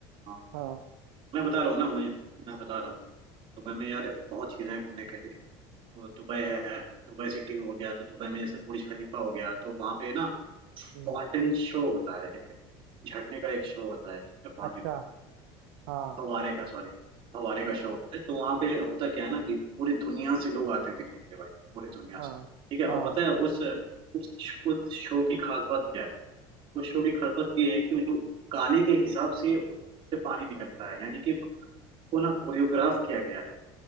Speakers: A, on the right; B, on the right.
A: हाँ
B: हाँ
A: मैं बता रहा हूँ ना मैं मैं बता रहा हूँ दुबई में यार बहुत चीज़ें हैं घूमने के लिए तो दुबई है दुबई सिटी हो गया तो दुबई में जैसे बुर्ज खलीफा हो गया तो वहाँ पे ना
B: हम्म,
A: फाउंटेन शो होता है एक झरने का एक शो होता है ठीक है फाउंटेन
B: अच्छा
A: का
B: हाँ
A: हवारे का सॉरी हवारे का शो होता है तो वहाँ पे होता क्या है ना कि पूरी दुनिया से लोग आते हैं देखने के लिए भाई पूरी दुनिया
B: हाँ
A: से ठीक है और
B: हाँ
A: पता है उस उस उस शो की खास बात क्या है उस शो की खास बात ये है कि वो जो गाने के हिसाब से उससे पानी निकलता है यानी कि उसको ना कोरियोग्राफ किया गया है